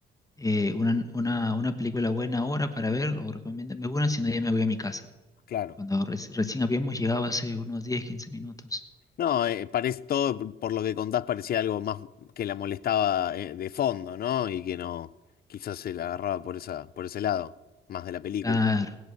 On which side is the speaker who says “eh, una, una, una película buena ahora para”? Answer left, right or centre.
Left